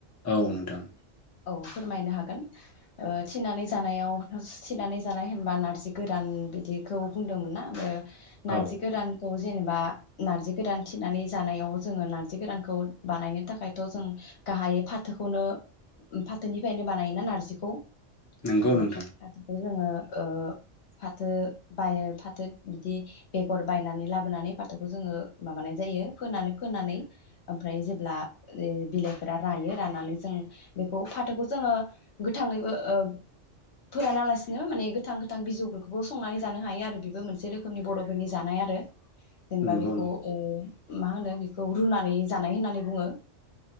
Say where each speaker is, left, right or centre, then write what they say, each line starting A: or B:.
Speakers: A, on the left; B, on the left.
A: औ नोंथां।
B: औ फोरमायनो हागोन थिनानै जानायाव थिनानै जानाय होनबा नारजि गोरान बिदिखौ बुंदोंमोन ना ओमफ्राय नारजि
A: औ
B: गोरानखौ जेनेबा नार्जि गोरान थिनानै जानायाव जोङो नार्जि गोरानखौ बानायनो थाखायथ' जों गाहायै फाथोखौनो फाथोनिफ्रायनो बानायोना नारजिखौ
A: नंगौ
B: जे
A: नोंथां
B: <inaudible> जोङो ओ फाथो बाय फाथो बिदि बेगर बायनानै लाबोनानै फाथोखौ जोङो माबानाय जायो। फोनानै फोनानै ओमफ्राय ओ जेब्ला बिलाइफोरा रायो रानानै जों बेखौ फाथोखौ जोङो गोथाङैबो ओ फोरानालासिनो माने गोथां गोथां बिजौफोरखौबो संनानै जानो हायो। आरो बेबो मोनसे रोखोमनि बर'फोरनि जानाय आरो जेनेबा
A: नंगौ
B: बेखौ
A: नोंथां
B: ओ मा होनो बेखौ रुनानै जानाय होननानै बुङो।